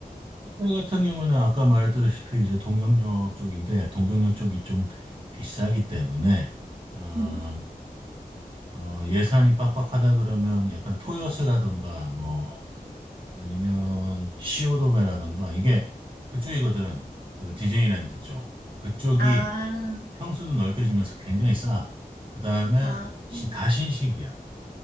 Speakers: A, on the right (about 35°); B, on the right (about 75°).
A: 호텔 같은 경우는 아까 말했다시피 이제 동경역 쪽인데, 동경역 쪽이 좀 비싸기 때문에, 아,
B: 응.
A: 어, 예산이 빡빡하다 그러면 약간 토요스라던가, 뭐, 아니면 시오도메라던가, 이게 그쪽이거든. 그 디즈니랜드 쪽. 그쪽이
B: 아,
A: 평수도 넓게 주면서 굉장히 싸. 그 다음에
B: 아, 음.
A: 다 신식이야.